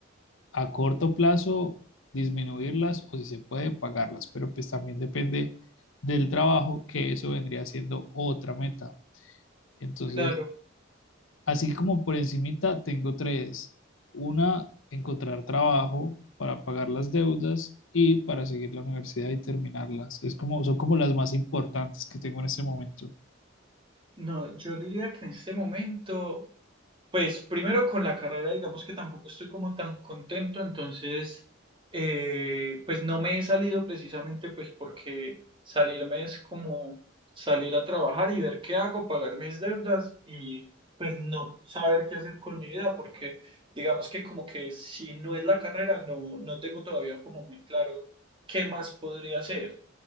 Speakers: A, on the left; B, on the right.
A: a corto plazo disminuirlas o si se puede pagarlas, pero pues también depende del trabajo, que eso vendría siendo otra meta. Entonces,
B: claro.
A: Así como por encimita tengo tres. Una, encontrar trabajo para pagar las deudas y para seguir la universidad y terminarlas. Es como, son como las más importantes que tengo en este momento.
B: No, yo diría que en este momento, pues primero con la carrera, digamos que tampoco estoy como tan contento, entonces, eh, pues no me he salido precisamente pues porque salirme es como salir a trabajar y ver qué hago, pagar mis deudas y pues no saber qué hacer con mi vida, porque digamos que como que si no es la carrera, no, no tengo todavía como muy claro qué más podría hacer.